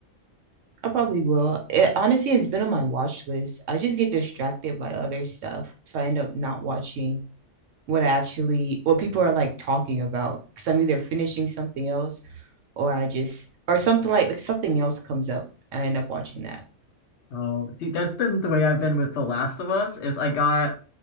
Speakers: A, on the right; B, on the left.
A: I probably will. It honestly has been on my watch list. I just get distracted by other stuff, so I end up not watching. what I actually what people are like talking about because I'm either finishing something else or I just or something like like something else comes up and I end up watching that.
B: Oh, see, that's been the way I've been with The Last of Us is I got